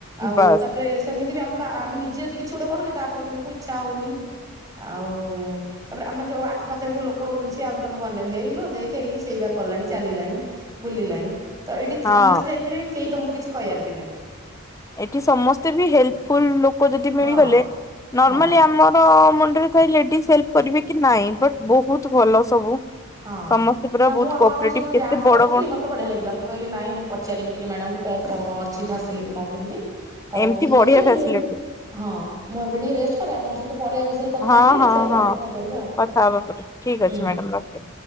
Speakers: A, on the right; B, on the left.
A: ଆଉ
B: ବାସ୍
A: ତାପରେ ସେମିତି ବି ଆମ ଆମେ ନି ଯଦି କିଛି ଗୋଟେ କରୁଛେ ତାପରେ ଦିନକୁ ଇଚ୍ଛା ହଉନି। ଆଉ ତାପରେ ଆମେ ଯୋଉ ଆଖପାଖରେ ଯୋଉ ଲୋ କରହୁଛନ୍ତି ସେ ଆହୁରି ତମକୁ ଅନେଇବେ, ହେଇଲୋ ଦେଖେ ଏଇ ସେଇ ବା କଲାଣି ଚାଲିଲାଣି ବୁଲିଲାଣି। ତ ଏଇଠି
B: ହଁ
A: ସମସ୍ତେ ଯାଇଥିବେ କେହି ତମକୁ କିଛି କିହିବାର ବିି ନାହିଁ।
B: ଏଠି ସମସ୍ତେ ବି ହେଲ୍ପଫୁଲ୍ ଲୋକ ଯଦି ମିଳିଗଲେ
A: ହଁ
B: ନର୍ମାଲି
A: ହଁ।
B: ଆମ ର ମୁଣ୍ଡରେ ଥାଏ ଲେଡିଜ୍‌ ହେଲ୍ପ କରିବେ କି ନାଇଁ? ବଟ୍ ବୋହୁତ୍ ଭଲ ସବୁ।
A: ହଁ
B: ସମସ୍ତେ ପୁରା
A: ନା
B: ବହୁତ
A: ମୁଁ ଆପଣଙ୍କର
B: କୋପରେଟିଭ
A: ସେଇ ଯୋଉ
B: କେତେ
A: ଡ୍ୟାନ୍ସ ଗୁଟା
B: ବଡ
A: ଦେଖିଲି,
B: ବଡ
A: ମତେ ମତେ ବଢିଆ ଲାଗିଲା। ମୁଁ କହିଲି ନାଇଁ ମୁଁ ପଚାରିବି ଟିକେ ମ୍ୟାଡାମ୍ ଙ୍କୁ କଣ କଣ ଅଛି ଫାସିଲିଟି କଣ କେମିତି? ହଉ
B: ଏମିତି
A: ଠିକ୍
B: ବଢିଆ
A: ଅଛି
B: ଫ୍ୟାସିଲିଟି
A: ମୁଁ ହଁ ମୁଁ ଏବେ ଟିକେ ରେଷ୍ଟ କରେ ଆପଣଙ୍କ ସହିତ ପରେ ଏ ବିଷୟରେ କଥା
B: ହଁ
A: ହେଇକି ଦେଖିବା
B: ହଁ ହଁ
A: ଆଉ କଣ କରିବା ଆଉ।
B: କଥା
A: ହଉ
B: ହବା ପରେ। ଠିକ୍ ଅଛି
A: ହୁଁ ହୁଁ।
B: ମ୍ୟାଡାମ ରକେ